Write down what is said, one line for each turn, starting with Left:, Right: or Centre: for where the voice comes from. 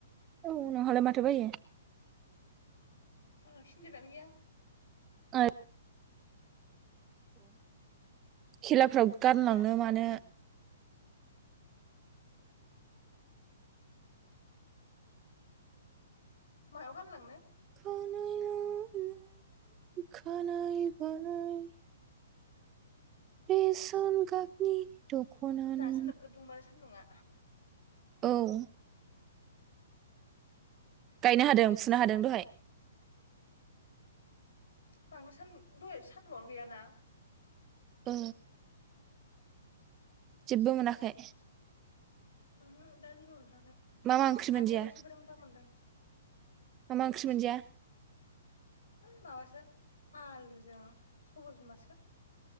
Right: औ नोंहालाय माथो बायो?
Left: आंहा सिन्देलानो गैया
Right: <unintelligible> खेलाफ्राव गानलांनो
Left: हा
Right: मानो
Left: मायाव गानलांनो?
Right: <unintelligible> बेसन गाबनि दख'ना
Left: दासो
Right: नों
Left: नोगोद दुंबायलै सान्दुंङा
Right: औ गायनो हादों फुनो हादों दहाय?
Left: बांद्राय सान्दुं दहाय सानदुंङानो गैयाना?
Right: ओ जेबबो मोनाखै?
Left: उमहु दा जेबो मोनथ'वाखै
Right: मा मा ओंख्रि मोनजाया
Left: आदैयाल' एसे ब्रां ब्रां मोनदों।
Right: मा मा ओंख्रि मोनजाया?
Left: ओइ माबासो आलुजों सबाय बिमासो।